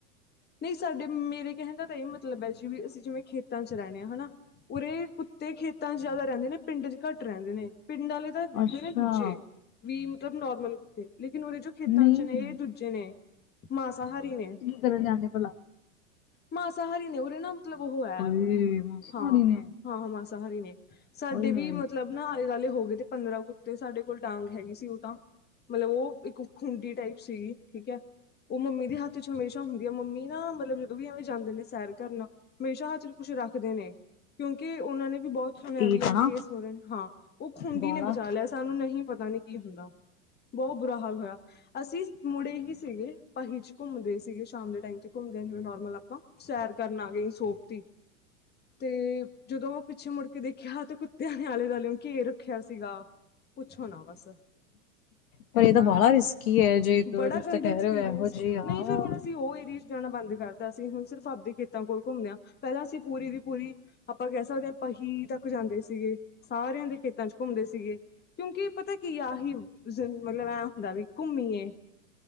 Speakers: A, on the left; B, on the left.
A: ਨਹੀਂ, ਸਾਡੇ ਮੇਰੇ ਕਹਿਣ ਦਾ ਤਾਂ ਇਹ ਮਤਲਬ ਹੈ ਜਿਂਵੇ, ਜਿਵੇਂ ਅਸੀ ਖੇਤਾਂ ਚ' ਰਹਿਣੇ ਆ। ਹੈਨਾ। ਉਰੇ ਕੁੱਤੇ ਖੇਤਾਂ ਚ' ਜ਼ਿਆਦਾ ਰਹਿੰਦੇ ਨੇ ਪਿੰਡ ਚ' ਘੱਟ ਰਹਿੰਦੇ ਨੇ। ਪਿੰਡ ਆਲੇ ਹੁੰਦੇ
B: ਅੱਛਾ
A: ਨੇ ਦੂਜੇ, ਵੀ ਮਤਲਬ ਨੋਰਮਲ ਕੁੱਤੇ, ਲੇਕਿਨ ਉਹਦੇ ਚ' ਖੇਤਾਂ
B: ਨਹੀਂ
A: ਚ' ਨੇ ਇਹ ਦੂਜੇ ਨੇ, ਮਾਸਾਹਾਰੀ ਨੇ।
B: ਸਰਬਤ ਜਾਂਦੇ ਭਲਾ।
A: ਮਾਸਾਹਾਰੀ ਨੇ ਉਰੇ ਨਾ ਮਤਲਬ ਉਹ ਹੈ।
B: ਓਏ ਮਾਸੀ
A: ਹਾਂ।
B: ਹੋਣੀ ਨੇ
A: ਹਾਂ- ਹਾਂ। ਮਾਸਾਹਾਰੀ ਨੇ ਸਾਡੇ
B: ਓਏ ਹੋਏ
A: ਵੀ ਮਤਲਬ ਆਲੇ- ਦੁਆਲੇ ਹੋ ਗਏ ਤੇ ਪੰਦਰਾਂ ਕੁੱਤੇ ਸਾਡੇ ਕੋਲ ਡਾਂਗ ਹੈਗੀ ਸੀ ਉਹ ਤਾਂ। ਮਤਲਬ ਉਹ, ਇੱਕ ਖੁੰਡੀ ਟਾਈਪ ਸੀਗੀ ਠੀਕ ਹੈ ਉਹ ਮੰਮੀ ਦੇ ਹੱਥ ਚ' ਹਮੇਸ਼ਾ ਹੁੰ ਮੰਮੀ ਨਾ ਮਤਲਬ ਜਦੋਂ ਵੀ ਐਵੇਂ ਜਾਂਦੇ ਨੇ ਸੈਰ ਕਰਣ, ਹਮੇਸ਼ਾ ਹੱਥ ਦੇ ਕੁੱਛ ਰੱਖਦੇ ਨੇ। ਕਿਉਂਕਿ ਉਹਨਾਂ ਨੇ ਵੀ ਬਹੁਤ ਸੁਣਿਆ
B: ਠੀਕ
A: ਵੀ ਐ
B: ਆ ਨਾ
A: ਕੇਸ ਹੋ ਰਹੇ ਹਾਂ। ਉਹ ਖੁੰਡੀ
B: ਬਾਲਾ
A: ਨੇ ਬਚਾ ਲਿਆ ‌। ਸਾਨੂੰ ਨਹੀਂ ਪਤਾ ਨੀ ਕੀ ਹੁੰਦਾ। ਬਹੁਤ ਬੁਰਾ ਹਾਲ ਹੋਇਆ। ਅਸੀਂ ਮੁੜੇ ਹੀ ਸੀਗੇ ਪਾਈ ਚ' ਘੁੰਮਦੇ ਸੀਗੇ। ਸ਼ਾਮ ਦੇ ਟਾਈਮ ਚ' ਘੁੰਮਦੇਿਆਂ ਜਿਵੇਂ ਨੋਰਮਲ ਆਪਾਂ ਸੈਰ ਕਰਨ ਆ ਗਏ ਸੋਪ ਦੀ। ਤੇ ਜਦੋਂ ਉਹ ਪਿੱਛੇ ਮੁੜ ਕੇ ਦੇਖਿਆ ਤੇ ਕੁੱਤਿਆਂ ਨੇ ਆਲੇ -ਦੁਿਓ ਘੇਰ ਸ਼ਸੀ ਅਕਾਲ। ਪੁੱਛੋ ਨਾ ਬਸ।
B: ਪਰ
A: ਇਨਾ,
B: ਇਹ ਤਾਂ ਬਾਲਾ ਰਿਸਕੀ ਹੈ ਜੇ ਤੁਸੀਂ
A: ਬੜਾ ਗੰਦਾ
B: ਤਾਂ ਕਹਿ
A: ਐਕਸਪੀਰੀਅੰਸ
B: ਰਹੇ ਹੋ ਇਹੋ ਜਿਹੀ
A: ਸੀ
B: ਆ
A: ਨਹੀਂ
B: ਹਮ
A: ਫੇਰ ਹੁਣ ਤੇ ਉਹ ਏਰੀਏ 'ਚ ਜਾਣਾ ਬੰਦ ਕਰ ਦਿੱਤਾ ਸੀ, ਹੁਣ ਸਿਰਫ ਆਪਦੇ ਖੇਤਾਂ ਕੋਲ ਘੁੰਮਦੇ ਹਾਂ ਪਹਿਲਾਂ ਅਸੀਂ ਪੂਰੀ ਦੀ ਪੂਰੀ। ਆਪਾਂ ਕਹਿ ਸਕਦੇ ਹਾਂ, ਪਹੀ ਤੱਕ ਜਾਂਦੇ ਸੀਗੇ ਸਾਰਿਆਂ ਦੇ ਖੇਤਾਂ 'ਚ। ਘੁੰਮਦੇ ਸੀਗੇ, ਕਿਉਂਕਿ ਪਤਾ ਕੀ ਆਹੀ ਮਤਲਬ ਐ ਹੁੰਦਾ ਵੀ ਘੁੰਮੀਏ ‌।